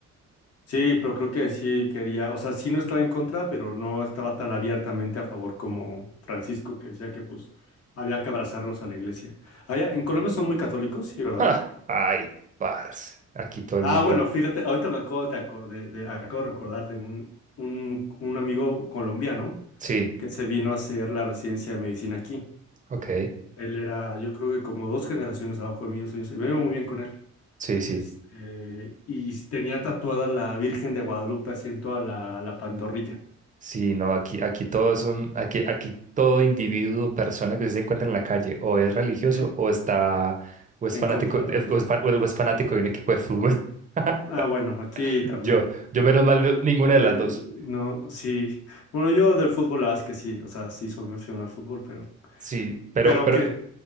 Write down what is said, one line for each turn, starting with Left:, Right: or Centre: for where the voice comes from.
Left: Sí, pero creo que sí quería, o sea, sí no estaba en contra, pero no estaba tan abiertamente a favor como Francisco, que decía que pues había que abrazarlos a la iglesia. Allá, en Colombia son muy católicos, sí, ¿verdad?
Right: Ja, ay, parce. Aquí todo el
Left: Ah,
Right: mundo.
Left: bueno, fíjate, ahorita me acabo de acordé- de- acabo de recordar de un, un, un amigo colombiano
Right: Sí,
Left: que se vino a hacer la residencia de medicina aquí.
Right: ok.
Left: Él era, yo creo que como dos generaciones abajo de mí, dos años, me veo muy bien con él.
Right: Sí, sí.
Left: Este, y tenía tatuada la Virgen de Guadalupe así en toda la, la pantorrilla.
Right: Sí, no, aquí, aquí todos son, aquí, aquí todo individuo, persona que se encuentra en la calle, o es religioso,
Left: ¿sí?
Right: o está, o es
Left: En
Right: fanático,
Left: contra
Right: eh,
Left: de la región.
Right: o es, fan- o es fanático de un equipo de fútbol. <laughs>
Left: Ah, bueno, aquí también.
Right: Yo, yo menos mal, no- ninguna de las
Left: Eh,
Right: dos.
Left: no, sí. Bueno, yo del fútbol, la verdad es que sí. O sea, sí soy muy aficionado al fútbol, pero.
Right: Sí, pero,
Left: Pero aunque
Right: pero,